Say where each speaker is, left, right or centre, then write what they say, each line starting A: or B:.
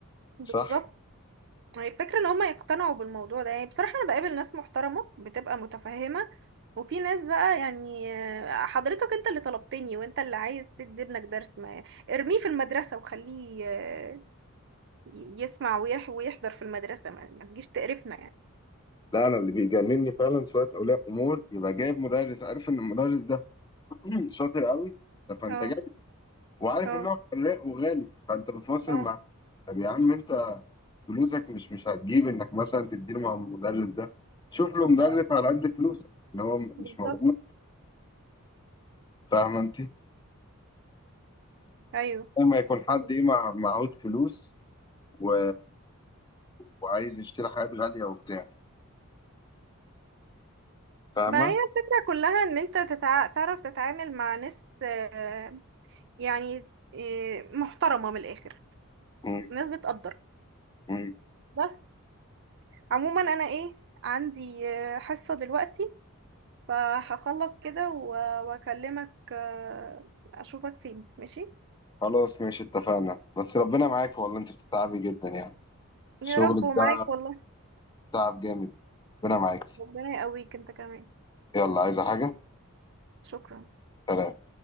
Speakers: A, on the right; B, on the left.
A: بالظبط
B: صح
A: هي الفكرة ان هما يقتنعوا بالموضوع ده يعني بصراحة انا بقابل ناس محترمة بتبقى متفهمة وفي ناس بقى يعني آه، حضرتك انت اللي طلبتني وانت اللي عايز تدي ابنك درس ما ارميه في المدرسة وخليه آه، يسمع ويح- ويحضر في المدرسة ما ما تجيش تقرفنا يعني
B: لا انا اللي بيجنني فعلا شويه اولياء امور يبقى جايب مدرس عارف ان المدرس ده <clears throat> شاطر قوي طب فانت
A: اه
B: جاي وعارف
A: اه
B: ان هو فلاق وغالي فانت بتفاصل
A: اه
B: معاه طب يا عم انت فلوسك مش مش هتجيب انك مثلا تديله مع المدرس ده شوف له مدرس
A: اه
B: على قد فلوسك ان هو م-
A: بالظبط
B: مش موجود فاهم انت
A: ايوه
B: لما يكون حد
A: فاهمة.
B: ايه مع معهوش فلوس و... وعايز يشتري حاجات غاليه وبتاع فاهمه
A: ما هي الفكرة كلها ان انت تتع... تعرف تتعامل مع ناس آه، يعني آه، محترمة من الاخر
B: م-
A: ناس بتقدر
B: م.
A: بس عموما انا ايه عندي آه، حصة دلوقتي فهخلص كده و- واكلمك آه، اشوفك فين ماشي
B: خلاص ماشي اتفقنا بس ربنا معاك والله انت بتتعبي جدا يعني شغلك
A: يا رب ومعاك
B: ده
A: والله
B: تعب جامد ربنا معاكي
A: ربنا يقويك انت كمان
B: يلا عايزة حاجة
A: شكرا
B: سلام